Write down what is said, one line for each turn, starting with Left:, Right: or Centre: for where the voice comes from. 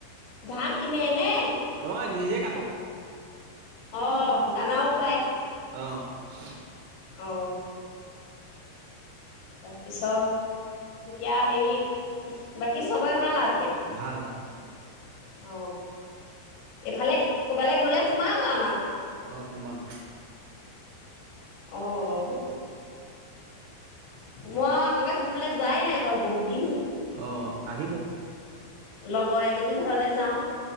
Left: ঘা কিনে নে
Right: অ নিজে কটো
Left: অ দানাও খুৱাই
Right: আহ <inaudible> কি
Left: অ তাৰপিছত তেতিয়া হেৰি বাকী চবেই ভাল আ
Right: ভাল ভাল
Left: অ এইফালে কবালৈ গলে সোমাও আ
Right: অ সোমাম
Left: অ অ মই আপোনালোকৰ সেইফালে যোৱাই নাই। ব বহুত দিন হ'ল।
Right: অ আহিব
Left: লগৰ এজনী ঘৰলে যাও।